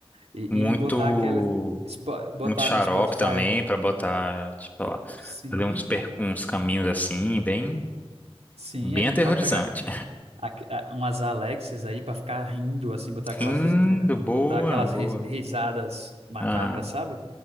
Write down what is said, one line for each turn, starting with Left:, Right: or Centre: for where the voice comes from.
Right: e,
Left: Muito,
Right: e botar aqueles. Botar
Left: muito xarope
Right: no Spotify.
Left: também pra botar, tipo, ó,
Right: Sim.
Left: fazer uns, per- uns caminhos assim, bem,
Right: Sim,
Left: bem
Right: a gente
Left: aterrorizante.
Right: pode pegar aque- a- umas Alexas aí pra ficar rindo, assim, botar
Left: <laughs>
Right: aquelas,
Left: Lindo,
Right: ris- eh,
Left: boa,
Right: botar aquelas
Left: boa.
Right: ris- risadas macabras,
Left: Aham,
Right: sabe?